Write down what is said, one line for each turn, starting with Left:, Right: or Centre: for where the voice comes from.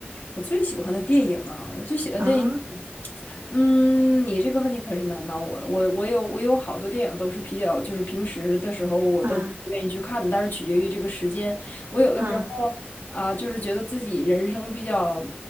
Left: 我最喜欢的电影啊，我最喜欢电影，
Right: 啊
Left: 嗯，你这个问题可是难倒我了。我我有我有好多电影都是比较，就是平时的时候我都不愿意去看的，
Right: 啊。
Left: 但是取决于这个时间。我有的时候啊，
Right: 啊，
Left: 就是觉得自己人生比较